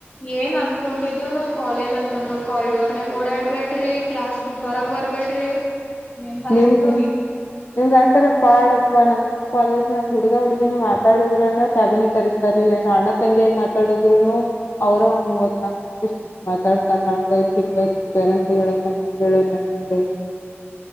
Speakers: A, on the left (about 40°); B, on the left (about 60°).
A: ಏನ್ ಅನ್ಕೊಂಡಿದ್ರುನು ಕಾಲೇಜ್ ಅಂತಂದ್ರು ಕಾರಿಡೋರ್ ನ್ಯಾಗ ಓಡಾಡ್ಬೇ ಡ್ರಿ ಕ್ಲಾಸ್ ಬಿಟ್ಟು ಹೊರಗ್ ಬರ್ಬೇಡ್ರಿ ಏನ್ ತಲಿ
B: ನಿಮಗೆ
A: ತಿಂತಾವ್ರಿ
B: ನಿಮ್ಗೆ ಅಟ್ಟರ ಪಾಡಪ್ಪ ನಮ್ ಕಾಲೇಜ್ನಗ್ ಹುಡ್ಗ ಹುಡ್ಗಿನು ಮಾತಾಡಿದ್ರೇನು ಕ್ಯಾಬಿನಿ ಕರೀತಾರ ಏನ ಅಣ್ಣ ತಂಗಿಯಾಗಿ ಮಾತಾಡುದ್ರುನು ಅವರಂದ ಮೂವತ್ ನಕ್ ಮಾತಾಡ್ತಾರೆ ಹಂಗ ಐತ್ ಹಿಂಗ್ ಐತಿ ಪೇರೆಂಟ್ಸ್ ಹೇಳನ್ ಹಂಗ ಹೇಳೋನಂತ ಹೇಳಿ.